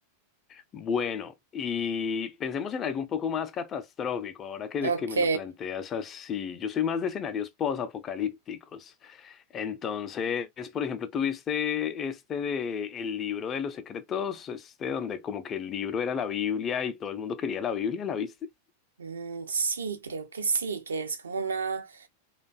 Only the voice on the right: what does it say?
Ok.
Mm, sí, creo que sí, que es como una,